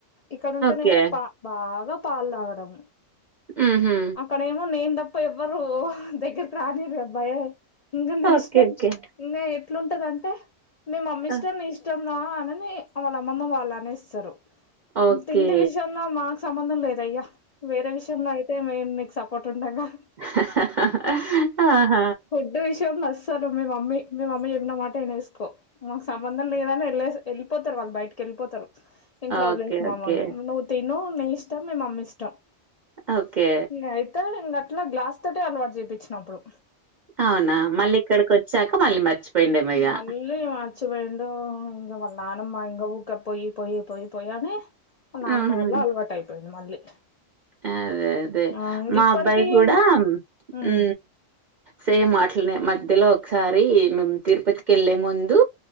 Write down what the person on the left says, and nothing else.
ఇక్కడ
బాగా పాలు తాగడం
అక్కడేమో నేను తప్ప ఎవ్వరు దగ్గరకి రానియరు భయం ఇంగ నీ
ఇష్టం
ఇంగ ఎట్లుంటదంటే మీ మమ్మీ ఇష్టం
నీ ఇష్టం రా అనని వాళ్ళ అమ్మమ్మ వాళ్ళు అనేస్తారు
తిండి విషయంలో మాకు సంబంధం లేదయ్యా వేరే విషయంలో అయితే మేము నీకు సపోర్ట్ ఉంటంగానీ
తిండి విషయంలో అసలు మీ మమ్మీ మీ మమ్మీ చెప్పిన మాట వినేసుకో మాకు సంబంధం లేదని వెళ్లేసి వే పోతారు వాళ్ళు బయటకి వెళ్ళిపోతారు ఇంట్లో వదిలేసీ
మమ్మల్ని
నువ్వు తిను నీ ఇష్టం మీ మమ్మీ ఇష్టం
ఇగ అయి త అట్లా గ్లాస్ తోటి అలవాటు చేపించినప్పుడు
మళ్ళీ మర్చిపోయిండు ఇంగ వాళ్ళ నాయినమ్మా ఇంగ ఊక పోయి పోయి పోయి పోయి అని వాళ్ళ నాయినమ్మా
వల్ల అలవాటు అయిపోయిది మళ్ళీ
ఆ ఇంగ
ఇప్పటికీ
ఉమ్